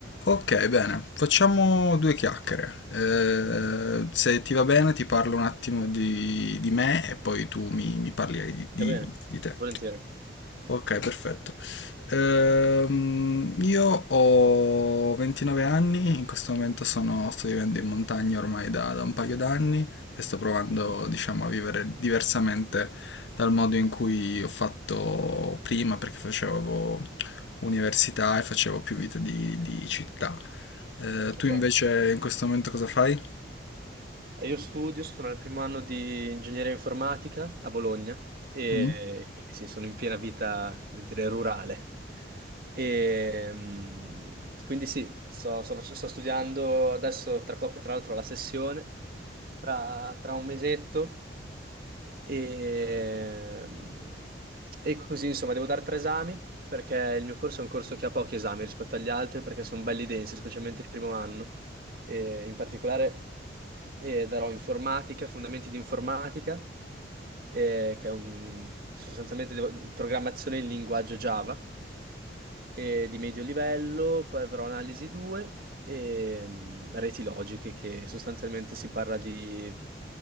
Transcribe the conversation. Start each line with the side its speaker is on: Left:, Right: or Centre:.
Left: Ok, bene, facciamo due chiacchiere. Eh, se ti va bene, ti parlo un attimo di, di me e poi tu mi, mi parli di, di-
Right: Va bene,
Left: di te.
Right: volentieri.
Left: Ok, perfetto. Ehm, io ho 29 anni, in questo momento sono- sto vivendo in montagna ormai da, da un paio d'anni e sto provando,
Right: Mhm,
Left: diciamo, a vivere diversamente dal modo in cui ho fatto prima, perché facevo università e facevo più vita di, di città. Eh, tu
Right: Ok.
Left: invece in questo momento cosa fai?
Right: Eh, Io studio, sono al primo anno di ingegneria informatica a Bologna e
Left: Mm.
Right: quindi sì, sono in piena vita, come dire, rurale. E, mm, quindi sì, sto, sto fac- sto studiando adesso, tra poco tra l'altro, la sessione, tra, tra un mesetto e, mm, e così insomma devo dare tre esami perché il mio corso è un corso che ha pochi esami rispetto agli altri perché sono belli densi, specialmente il primo anno eh, in particolare eh, darò informatica, fondamenti di informatica, eh, che è un, sostanzialmente devo- programmazione in linguaggio Java eh, di medio livello, poi avrò analisi 2 e mm, reti logiche, che sostanzialmente si parla di